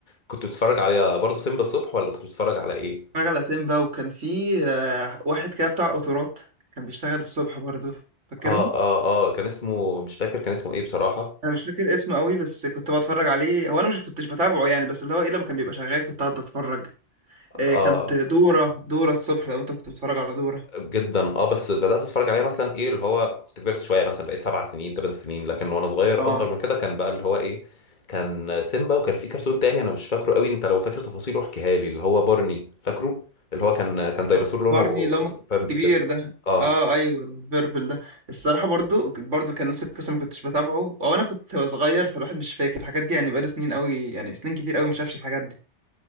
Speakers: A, on the left; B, on the right.
A: كنت بتتفرج على برضه سيمبا الصبح ولا كنت بتتفرج على ايه
B: اتفرج على سيمبا وكان في آه، واحد كده بتاع قطارات كان بيشتغل الصبح برضو فاكرهم
A: اه اه اه كان اسمه مش فاكر كان اسمه ايه بصراحة
B: انا مش فاكر اسمه قوي بس كنت بتفرج عليه هو انا مش كنتش بتابعه يعني بس اللي هو ايه لما كان بيبقى شغال كنت قاعد اتفرج إيه،
A: اه
B: كانت دورة دورة الصبح لو انت كنت بتتفرج على دورة
A: جدا اه بس بدات اتفرج عليه مثلا ايه اللي هو كنت كبرت شويه مثلا بقيت سبع سنين ثمان سنين لكن وانا صغير
B: اه
A: اصغر من كده كان بقى اللي هو ايه كان سيمبا وكان في كرتون تاني انا مش فاكره قوي انت لو فاكر تفاصيله احكيها لي اللي هو بارني فاكره اللي هو كان كان ديناصور
B: ب-
A: لونه
B: بارني لما
A: بامبي
B: الكبير
A: كده
B: ده
A: اه
B: اه ايوه البربل ده الصراحة برضو برضو كان نفس القصة ما كنتش بتابعه او انا كنت صغير فالواحد مش فاكر الحاجات دي يعني بقاله سنين قوي يعني سنين كتير قوي ما شافش الحاجات دي